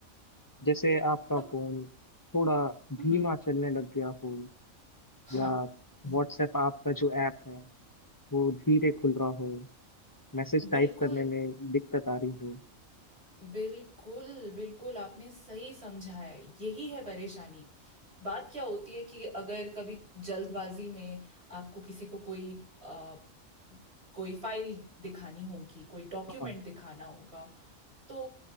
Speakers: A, on the left; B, on the right.
A: जैसे आपका
B: अब
A: फोन थोड़ा धीमा
B: हम्म
A: चलने लग गया हो
B: हाँ
A: या
B: ये-
A: व्हाट्सएप आपका जो ऐप है वो धीरे खुल रहा हो मैसेज टाइप
B: बिल्कुल
A: करने में दिक्कत आ रही हो
B: बिल्कुल बिल्कुल आपने सही समझा है यही है परेशानी बात क्या होती है कि अगर कभी जल्दबाजी में आपको किसी को कोई अ, कोई फाइल दिखानी होगी कोई डॉक्यूमेंट
A: हाँ
B: दिखाना होगा तो